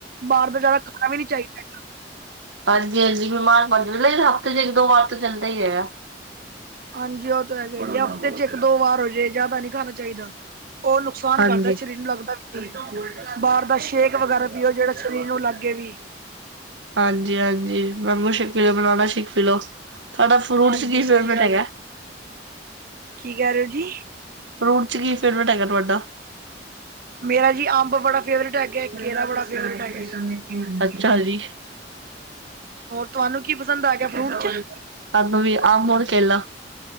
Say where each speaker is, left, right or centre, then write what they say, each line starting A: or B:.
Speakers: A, on the right; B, on the right.
A: ਬਾਹਰ ਦਾ ਜ਼ਿਆਦਾ ਖਾਣਾ ਵੀ ਨੀ ਚਾਹੀਂਦਾ।
B: ਹਾਂਜੀ- ਹਾਂਜੀ ਮਿਮਾਰ ਪਣ ਹਫ਼ਤੇ ਚ ਇੱਕ ਦੋ ਵਾਰ ਤੇ ਚੱਲਦਾ ਹੀ ਐ।
A: ਹਾਂਜੀ ਉਹ ਤਾਂ ਹੈਗੇ ਈ ਆ, ਹਫ਼ਤੇ ਚ ਇੱਕ ਦੋ ਵਾਰ ਹੋਜੇ ਜ਼ਿਆਦਾ ਨੀ ਖਾਣਾਂ ਚਾਹੀਂਦਾ। ਉਹ ਨੁਕਸਾਨ
B: ਹਾਂਜੀ,
A: ਕਰਦਾਂ, ਸਰੀਰ ਨੂੰ ਲੱਗਦਾ ਵੀ ਨੀ ਬਾਹਰ ਦਾ ਸ਼ੇਕ ਵਗ਼ੈਰਾ ਪੀਓ ਜਿਹੜਾਂ ਸ਼ਰੀਰ ਨੂੰ ਲੱਗੇ ਵੀ
B: ਹਾਂਜੀ- ਹਾਂਜੀ ਮੈਂਗੂ ਸ਼ੇਕ ਪੀ ਲਓ, ਬਨਾਨਾ ਸ਼ੇਕ ਪੀ ਲਓ। ਤੁਹਾਡਾ ਫਰੂਟ
A: ਹਾਂਜੀ
B: ਚ ਕੀ
A: ਸਹੀ
B: ਫੇਵਰਟ
A: ਗੱਲ
B: ਹੈਗਾ।
A: ਹੈ ਕੀ ਕਹਿ ਰੇ ਔ ਜੀ।
B: ਫਰੂਟ ਚ ਕੀ ਫੇਵਰਟ ਹੈਗਾ ਤੁਹਾਡਾ
A: ਮੇਰਾ ਜੀ ਅੰਬ ਬੜਾਂ ਫੇਵਰਟ ਹੈਗਾ, ਇੱਕ ਕੇਲਾਂ ਬੜਾਂ ਫੇਵਰਟ ਹੈਗਾ ਜੀ।
B: ਅੱਛਾ ਜੀ,
A: ਹੋਰ ਤੁਹਾਨੂੰ ਕੀ ਪਸੰਦ ਆ ਗਿਆ ਫਰੂਟ ਚ
B: ਸਾਨੂੰ ਵੀ ਅੰਬ ਔਰ ਕੇਲਾ।